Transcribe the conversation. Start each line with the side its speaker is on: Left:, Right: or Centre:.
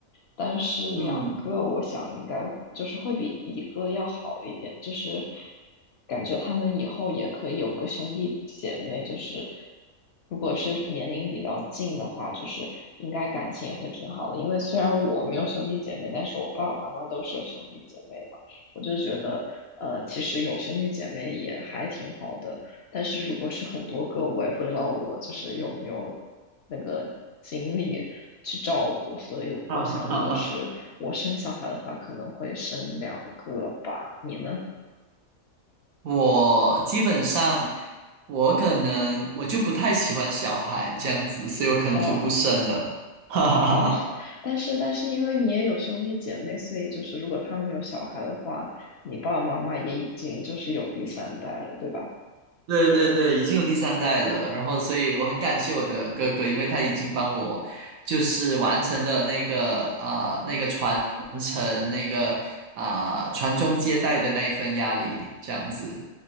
Left: 但是两个我想应该就是会比一个要好一点，
Right: 嗯，
Left: 就是感觉他们以后也可以有个兄弟姐妹，就是如果是年龄比较近的话，就是应该感情也会挺好的。因为虽然我没有兄弟姐妹，但是我爸爸妈妈都是有兄弟姐妹的嘛，我就觉得呃，其实有兄弟姐妹也还挺好的。但是如果是很多个，我也不知道我就是有没有那个精力去照顾，所以我想，
Right: 哈哈哈哈。
Left: 如果是我生小孩的话，可能会生两个吧。你呢？
Right: 我基本上我可能我就不太喜欢小孩这样子，所以我可能就不生了。
Left: 哦
Right: <laughs> 哈哈哈哈。
Left: 哦，但是但是因为你也有兄弟姐妹，所以就是如果他们有小孩的话，你爸爸妈妈也已经就是有第三代了，对吧？
Right: <laughs> 对对对，已经有第三代了，然后所以我很感谢我的哥哥，因为他已经帮我就是完成了那个啊、那个传承那个啊、传宗接代的那一份压力，这样子。